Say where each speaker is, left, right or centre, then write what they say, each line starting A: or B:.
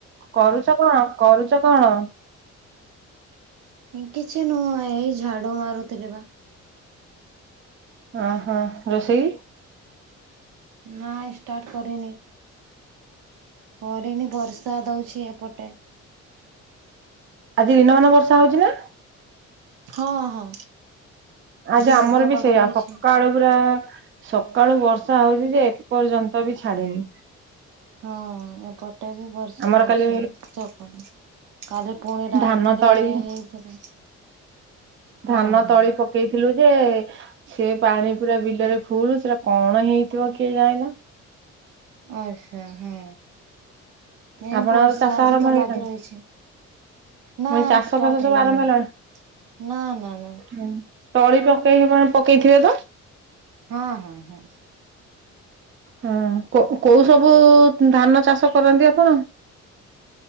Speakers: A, on the right; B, on the right.
A: କରୁଛ କଣ କରୁଛ କଣ?
B: କିଛି ନୁହଁ ଏଇ ଝାଡୁ ମାରୁଥିଲି ବା
A: ଓ ହୋ ରୋଷେଇ?
B: ନା ଷ୍ଟାର୍ଟ କରିନି। କରିନି ବର୍ଷା ଦଉଛି ଏପଟେ
A: ଆଜି ଦିନମାନ ବର୍ଷା ହଉଛି ନା?
B: ହଁ ହଁ।
A: ଆଜି ଆମର
B: ମେଘୁଆ
A: ବି
B: ପାଗ
A: ସେଇଆ
B: ରହିଛି
A: ସକାଳୁ ପୁରା ସକାଳୁ ବର୍ଷା ହଉଛି ଯେ ଏ ପର୍ଯ୍ୟନ୍ତ ବି ଛାଡିନି।
B: ହଁ ଏପଟେ ବି ବର୍ଷା
A: ଆମର
B: ହଉଛି
A: କାଲି
B: ସକାଳୁ। କାଲି ପୁଣି ରାତିରେ
A: ଧାନ ତଳି
B: ହେଇଥିଲା। ହଁ
A: ଧାନ
B: ହଁ
A: ତଳି ପକେଇଥିଲେ ଯେ ସେ ପାଣି ପୁରା ବିଲରେ ଫୁଲ। ସେଟା କଣ ହେଇଥିବ କିଏ ଜାଣିଲା।
B: ଆଛା ହଁ। ଏଇ
A: ଆପଣଙ୍କର
B: ବର୍ଷା
A: ଚାଷ
B: ଆଜି
A: ଆରମ୍ଭ
B: ତ
A: ହେଇଗଲାଣି?
B: ଲାଗି ରହିଛି ନା
A: ମୁଁ କହିଲି ଚାଷ
B: ଷ୍ଟାର୍ଟ
A: ଫାସ ସବୁ
B: ହେଇନି
A: ଆରମ୍ଭ ହେଲାଣି?
B: ନା ନା ନା
A: ଉଁ ତଳି ପକେଇନି କଣ ପକେଇଥିବେ ତ?
B: ହଁ ହଁ ହଁ।
A: ହଁ କୋଉ କୋଉ ସବୁ ଧାନ ଚାଷ କରନ୍ତି ଆପଣ?